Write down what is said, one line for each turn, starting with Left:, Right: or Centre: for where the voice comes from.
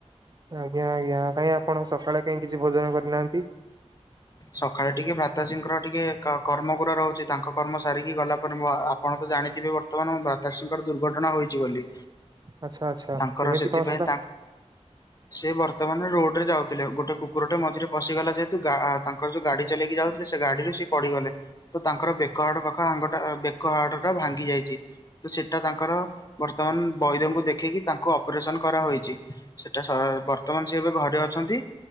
Right: ଆଜ୍ଞା ଆଜ୍ଞା କାଇଁ ଆପଣ ସକାଳେ କାଇଁ କିଛି ଭୋଜନ କରିନାହାନ୍ତି?
Left: ସକାଳେ ଟିକେ ଭ୍ରାତା ଶ୍ରୀ ଙ୍କର ଟିକେ କର୍ମ ଗୁରା ରହୁଛି ତାଙ୍କ କର୍ମ ସାରିକି ଗଲା ପରେ ଆପଣ ଜାଣିଥିବେ ବର୍ତ୍ତମାନ ଭ୍ରାତା ଶ୍ରୀଙ୍କର ଦୁର୍ଘଟଣା ହୋଇଛି ବୋଲି।
Right: ଆଚ୍ଛା ଆଚ୍ଛା
Left: ତାଙ୍କର
Right: କେମିତି
Left: ସେଥିପାଇଁ
Right: କଣ ହେଲା?
Left: ତାଙ୍କ ସେ ବର୍ତ୍ତମାନ ରୋଡରେ ଯାଉଥିଲେ ଗୋଟେ କୁକୁରଟେ ମଝିରେ ପଶିଗଲା ଯେହେତୁ ଗା ତାଙ୍କର ଯୋଉ ଗାଡି ଚଲେଇକି ଯାଉଥିଲେ ସେ ଗାଡିରୁ ସିଏ ପଡିଗଲେ ତ ତାଙ୍କର ବେକହାଡ ପାଖ ଅଙ୍ଗଟା ବେକ ହାଡଟା ଭାଙ୍ଗି ଯାଇଛି ତ ସେଟା ତାଙ୍କର ବର୍ତ୍ତମାନ ବୈଦଙ୍କୁ ଦେଖେଇକି ତାଙ୍କୁ ଅପରେସନ୍ କରାହୋଇଛି ସେଟା ବର୍ତ୍ତମାନ ସିଏ ଏବେ ଘରେ ଅଛନ୍ତି।